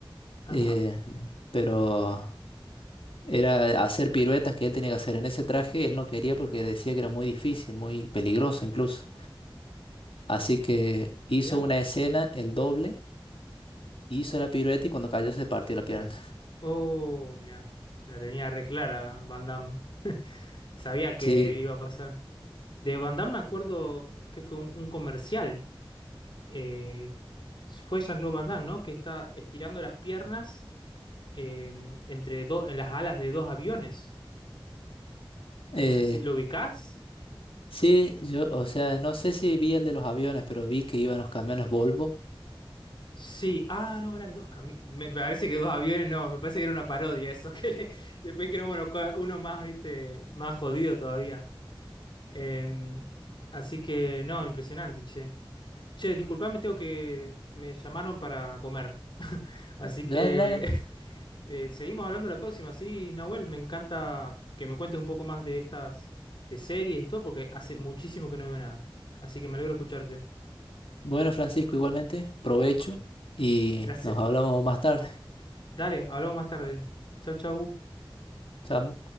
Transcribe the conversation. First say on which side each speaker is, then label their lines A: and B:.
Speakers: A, on the left; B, on the left.
A: ajá,
B: Eh, pero... Era hacer piruetas que él tenía que hacer en ese traje, él no quería porque decía que era muy difícil, muy peligroso incluso. Así que hizo
A: mira.
B: una escena, el doble, hizo la pirueta y cuando cayó se partió la pierna. <laughs>
A: Oh, mira. La tenía re clara, Van Damme. Sabía que
B: Sí,
A: iba a pasar. De Van Damme me acuerdo que fue un, un comercial. eh, fue Jean-Claude Van Damme, ¿no? Que está estirando las piernas eh, entre dos en las alas de dos aviones.
B: eh,
A: No sé si lo ubicás.
B: sí, yo, o sea, no sé si vi el de los aviones, pero vi que iban los camiones Volvo.
A: Sí, ah, no, eran dos camiones. Me, me parece que dos aviones, no, me parece que era una parodia eso. <laughs> Que le- Después dijeron, bueno, cua- uno más, viste, más jodido todavía. Em, así que, no, impresionante, che. Che, disculpame, tengo que. Me llamaron para comer. Así
B: Dale,
A: que
B: dale.
A: <laughs> eh, seguimos hablando la próxima. Sí, Nahuel, me encanta que me cuentes un poco más de estas, de series y todo, porque hace muchísimo que no veo nada. Así que me alegro escucharte.
B: Bueno, Francisco, igualmente, provecho y
A: Gracias.
B: nos hablamos más tarde.
A: Dale, hablamos más tarde. Chau, chau.
B: Chao.